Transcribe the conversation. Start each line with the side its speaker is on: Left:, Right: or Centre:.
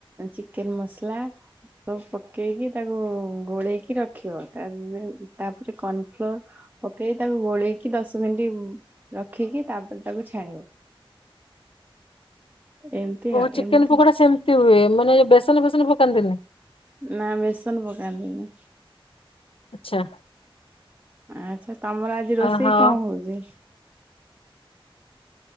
Right: ଚିକେନ ମସଲା ସବୁ ପକେଇକି ତାକୁ ଗୋଳେଇକି ରଖିବ ତାପରେ ତାପରେ କର୍ଣ୍ଣଫ୍ଲୋର ପକେଇ ତାକୁ ଗୋଳେଇକି ଦଶ ମିନିଟ ରଖିକି ତାପରେ ତାକୁ ଛାଣିବ। ଏମିତି
Left: ଓହୋ
Right: ଆଉ
Left: ଚିକେନ
Right: ଏମିତି
Left: ପକୋଡା ସେମିତି ହୁଏ ମାନେ ଏ ବେସନ ଫେସନ ପକାନ୍ତିନି।
Right: ନା ବେସନ ପକାନ୍ତିନି।
Left: ଆଚ୍ଛା।
Right: ଆଚ୍ଛା ତମର ଆଜି ରୋଷେଇ
Left: ଓହୋ
Right: କଣ ହୋଉଚି?